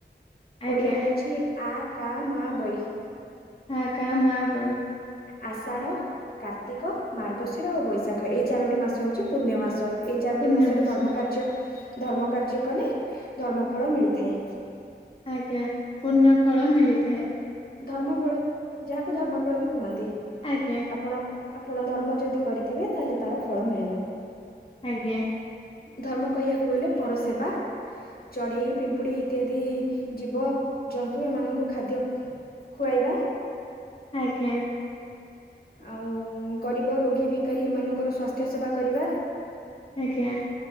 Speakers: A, on the left; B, on the left.
A: ଆଜ୍ଞା
B: ଓଡିଆରେ ଅଛି ଆ, କା, ମା, ବୈ
A: ଆ, କା, ମା, ବୈ।
B: ଆଷାଢ଼, କାର୍ତ୍ତିକ, ମାର୍ଗଶିର, ଆଉ ବୈଶାଖ ଏଇ ଚାରୋଟି ମାସ ହୋଉଚି ପୂନ୍ୟମାସ। ଏଇ ଚାରୋଟି
A: ପୂର୍ଣ୍ୟ
B: ମାସରେ
A: ମାସ
B: ଧର୍ମ କାର୍ଯ୍ୟ ଧର୍ମ କାର୍ଯ୍ୟ କଲେ ଧର୍ମ ଫଳ ମିଳିଥାଏ।
A: ଆଜ୍ଞା ପୂନ୍ୟ ଫଳ ମିଳିଥାଏ।
B: ଧର୍ମ ଫଳ ଯାହାକୁ ଧର୍ମ ଫଳ ବି କୁହନ୍ତି।
A: ଆଜ୍ଞା।
B: ଆପଣ ଆପଣ ଧର୍ମ ଯଦି କରିଥିବେ ତାହେଲେ ତାର ଫଳ ମିଳିବ।
A: ଆଜ୍ଞା।
B: ଧର୍ମ କହିବାକୁ ଗଲେ ପର ସେବା ଚଢେଇ, ପିମ୍ପୁଡି ଇତ୍ୟାଦି ଜୀବ ଜନ୍ତୁ ଏମାନଙ୍କୁ ଖାଦ୍ୟ ଖୁଆଇବା।
A: ଆଜ୍ଞା।
B: ଆଉ ଗରିବ ରୋଗୀ ଭିକାରୀ ଏମାନଙ୍କର ସ୍ୱାସ୍ଥ୍ୟ ସେବା କରିବା।
A: ଆଜ୍ଞା।